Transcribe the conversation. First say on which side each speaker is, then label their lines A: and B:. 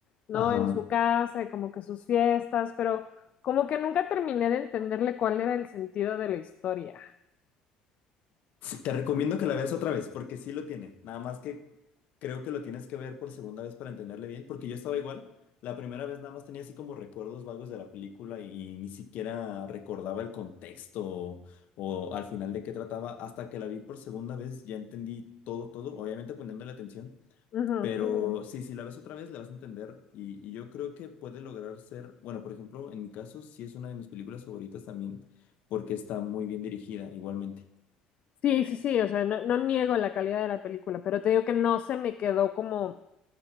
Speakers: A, on the left; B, on the left.
A: ¿no?
B: Ajá.
A: En su casa y como que sus fiestas, pero como que nunca terminé de entenderle cuál era el sentido de la historia.
B: Sí, Te recomiendo que la veas otra vez, porque sí lo tiene. Nada más que creo que lo tienes que ver por segunda vez para entenderle bien, porque yo estaba igual. La primera vez nada más tenía así como recuerdos vagos de la película y, ni siquiera recordaba el contexto o, o al final de qué trataba. Hasta que la vi por segunda vez ya entendí todo, todo, obviamente poniéndole atención. Ujú.
A: Ujú.
B: Pero sí, si la ves otra vez, la vas a entender y, y yo creo que puede lograr ser, bueno, por ejemplo, en mi caso, sí es una de mis películas favoritas también, porque está muy bien dirigida igualmente.
A: Sí, sí, sí, o sea, no, no niego la calidad de la película, pero te digo que no se me quedó como...